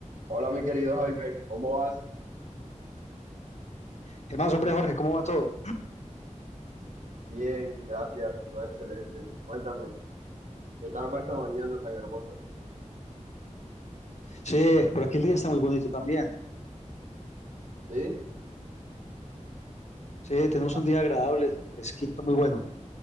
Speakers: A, on the right; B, on the left.
A: Hola, mi querido Jaime, ¿cómo vas?
B: ¿Qué más, hombre, Jorge? ¿Cómo va todo?
A: Bien, gracias, todo excelente. Cuéntame, ¿qué tal va esta mañana tan hermosa?
B: Sí, por aquí el día está muy bonito también.
A: ¿Sí?
B: Sí, tenemos
A: ¿Hace,
B: un día agradable, fresquito, muy bueno.